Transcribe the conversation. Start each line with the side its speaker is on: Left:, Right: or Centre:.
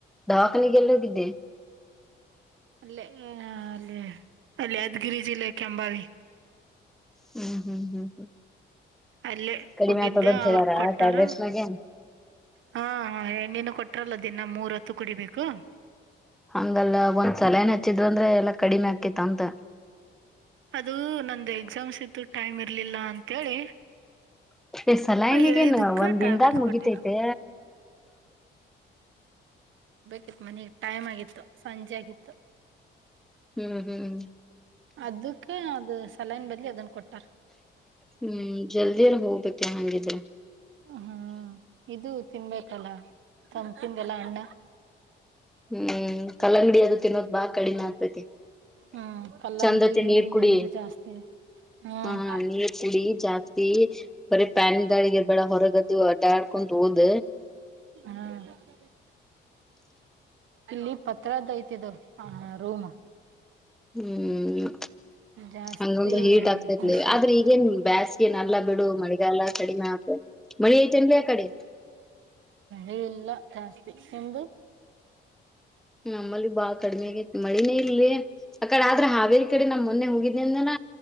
Centre: ದಾ ನನಗೆಲ್ಲದಿದ್ದೆ
Right: ಅಲ್ಲ ಅಲ್ಲಿ ಅಲ್ಲಿ ಯಾದಗಿರಿ ಜಿಲ್ಲೆಕ್ಕೆ ಕೆಂಬಾವಿ
Centre: ಹ್ಮ್ ಹ್ಮ್ ಹ್ಮ್ ಹ್ಮ್
Right: ಅಲ್ಲೇ
Centre: ಕಡಿಮೆ
Right: ಹೋಗಿದ್ದೆ
Centre: ಆಗ್ತದಂತ
Right: ಅವ್ರ
Centre: ಹೇಳ್ಯಾರ್
Right: ಕೊಟ್ಟಾರ
Centre: ಟ್ಯಾಬ್ಲೇಟ್ಸ್ ಮ್ಯಾಗೆ
Right: ಹಾ <unintelligible> ಹಾಂ ಎಣ್ಣಿನು ಕೊಟ್ರಲ್ಲ ದಿ ನ ಮೂರ್ ಹೊತ್ತು ಕುಡಿಬೇಕು
Centre: ಹಂಗಲ್ಲ ಒಂದ್ ಸಲನೆ ಹಚ್ಚಿದ್ರು ಅಂದ್ರೆ ಎಲ್ಲಾ ಕಡಿಮೆ ಆಗ್ತಿತ್ತ ಅಂತ?
Right: ಅದೂ ನಂದ್ ಎಕ್ಸಾಮ್ಸ್ ಇತ್ತು ಟೈಮ್ ಇರ್ಲಿಲ್ಲ ಅಂತೇಳಿ
Centre: ಈಸಲ ನಿನಿಗೇನು
Right: ಹೇಳಿದಕ್ಕೆ
Centre: ಒಂದ್
Right: ಟ್ಯಾಬ್ಲೆಟ್ಸ್
Centre: ದಿನ್ದಾಗ್ ಮುಗಿತೈತೆ.
Right: ಕೊಟ್ಟಿದ್ರು ಬೇಕಿತ್ ಮನಿಗ್ ಟೈಮ್ ಆಗಿತ್ತು ಸಂಜೆ ಆ ಗಿತ್ತು.
Centre: ಹ್ಮ್ ಹ್ಮ್
Right: ಅದುಕ್ಕೆ ಅದು ತಲೆನ್ ಬದ್ಲು ಅದುನ್ ಕೊಟ್ಟಾರ್
Centre: ಹ್ಮ್ ಜಲ್ದಿ ಅಲ್ ಹೋಬೇಕ್ ತೆ ಹಂಗಿದ್
Right: ಹ್ಮ್ ಇದು ತಿನ್ಬೇಕಲ್ಲ ತಂದ್ ತಿಂದಿಲ್ಲ ಹಣ್ಣ
Centre: ಹ್ಮ್ ಕಲ್ಲಂಗಡಿ ಅದು ತಿನ್ನೋದ್ ಬಾ ಕಡಿಮೆ ಆಗ್ತೈತಿ.
Right: ಹ್ಮ್ ಕಲ್ಲಂಗಡಿ
Centre: ಚಂದ ತಿಂದ್ ನೀರ್ ಕುಡಿ
Right: ನೀರು ಜಾಸ್ತಿ ಹ್ಮ್
Centre: ಹಾಂ ನೀರ್ ಕುಡಿ ಜಾಸ್ತಿ, ಬರೆ ಪ್ಯಾನ್ ಗಾಳಿಗೆ ಇರ್ಬೇಡ ಹೊರಗದು ಅಡ್ಡಾಡ್ ಕುಂತು ಓದ
Right: ಹ್ಮ್ ಇಲ್ಲಿ ಪತ್ರದೈತ್ ಇದು ಹಾಂ ರೂಮು
Centre: ಹ್ಮ್
Right: ಜಾಸ್ತಿ
Centre: ಹಂಗಂದ್ರ ಹೀಟ್ ಆಗ್ತೈತ್ಲೆ.
Right: ಬಿಸಿಲು
Centre: ಆದ್ರೆ ಈಗೇನ್ ಬ್ಯಾಸ್ಗೆ ಏನ್ ಅಲ್ಲಾ ಬಿಡು ಮಳಿಗಾಲ ಕಡಿಮೆ ಆತೈತ್. ಮಳಿ ಐತೇನ್ರಿ ಆಕಡೆ?
Right: ಏ ಇಲ್ಲ ಜಾಸ್ತಿ ನಿಮ್ದು?
Centre: ನಮ್ಮಲ್ಲಿ ಬಾಳ್ ಕಡಿಮಿ ಆಗೈತಿ ಮಳಿನೇ ಇಲ್ಲಿ ಆಕಡೆ ಆದ್ರ ಹಾಗ್ ತಿಳಿ ನಮ್ ಮೊನ್ನೆ ಹೋಗಿದ್ನಿ ಅಂದ್ನಲ್ಲ